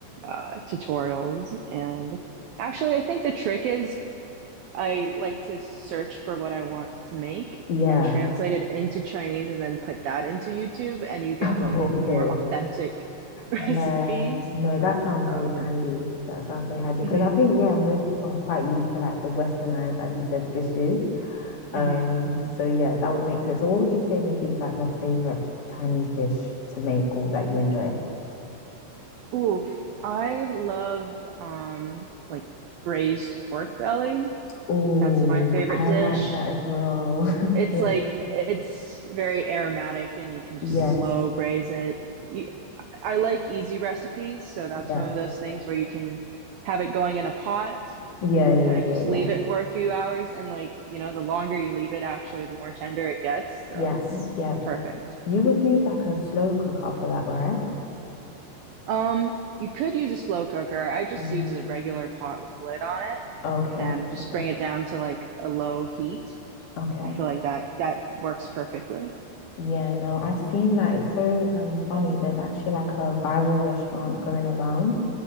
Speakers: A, on the right; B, on the left.
A: uh, tutorials. And actually, I think the trick is I like to search for what I want to make
B: Yeah.
A: and translate it into Chinese, and then put that into YouTube, and you get
B: <laughs>
A: like
B: Oh, okay.
A: more authentic <laughs> recipes.
B: Yeah. No, that sounds
A: Uh,
B: very handy. That sounds very handy
A: hmm
B: because I think, yeah, most people are quite used to like the westernized, as you said, dishes.
A: hmm
B: Um,
A: hmm
B: so yeah, that would make sense. So what would you say maybe is like your favorite Chinese dish to make or that you enjoy?
A: Oof, I love um like braised pork belly.
B: Oh,
A: That's my favorite
B: I
A: dish.
B: like that as well. <laughs>
A: It's
B: Yeah.
A: like it's very aromatic and you can just
B: Yes.
A: slow braise it. You, I like easy recipes, so that's
B: Yeah.
A: one of those things where you can have it going in a pot,
B: Yeah, yeah,
A: kind
B: yeah,
A: of just
B: yeah.
A: leave it for a few hours and like, you know, the longer you leave it actually the more tender it gets, so
B: Yeah,
A: it's
B: mm, yeah.
A: perfect.
B: You would use like a slow cooker for that, right?
A: Um, you could use a slow cooker. I just
B: Mm.
A: use a regular pot with a lid on it.
B: Okay.
A: and just
B: Okay.
A: bring it down to like a low heat.
B: Okay.
A: I feel like that that works perfectly.
B: Yeah, no, I've seen that. It's so um funny. There's actually like a viral restaurant going around